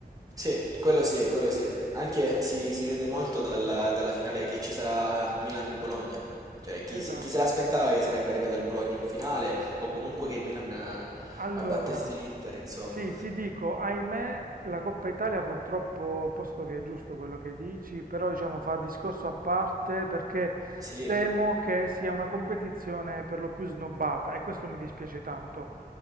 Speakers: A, on the right; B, on the right.
A: Sì, quello sì, quello sì. Anche si, si vede molto dalla, dalla finale che ci sarà Milan-Bologna. Cioè, chi,
B: Esatto.
A: se- chi se l'aspettava che sarebbe arrivato il Bologna in finale o comunque che il Milan eh,
B: Allora,
A: eh, battesse l'Inter, insomma.
B: Sì, ti dico, ahimè, la Coppa Italia purtroppo, posto che è giusto quello che dici, però diciamo fa discorso a parte perché
A: Sì,
B: temo che sia una competizione per lo più snobbata e questo mi dispiace tanto.